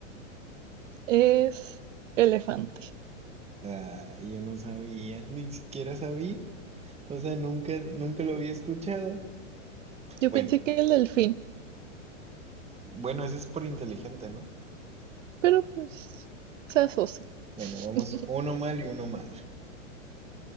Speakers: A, on the right; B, on the right.
A: es elefante.
B: Ah, yo no sabía, ni siquiera sabía. O sea, nunca, nunca lo había escuchado.
A: Yo
B: Bueno,
A: pensé que el delfín,
B: bueno, ese es por inteligente, ¿no?
A: pero pues se asocia.
B: Bueno, vamos
A: <laughs>
B: uno mal y uno mal.